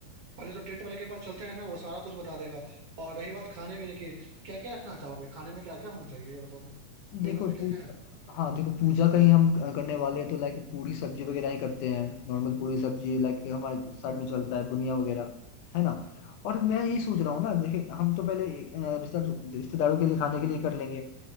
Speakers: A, on the right; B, on the left.
A: पहले तो टेंट वाले के पास चलते हैं ना वो सारा कुछ बता देगा और रही बात खाने पीने की तो क्या क्या रखना चाहोगे खाने में क्या क्या होना चाहिए ये बताओ
B: देखो
A: मेनू में क्या
B: पू,
A: क्या है
B: हाँ देखो पूजा का ही हम करने वाले हैं तो लाइक पूरी सब्जी वगैरह ही करते हैं नॉर्मल पूरी सब्जी लाइक हमारे साइड में चलता है बुनिया वगैरह है ना और मैं ये सोच रहा हूँ ना देखिए हम तो पहले अ, रिश्ता रिश्तेदारों के लिए खाने के लिए कर लेंगे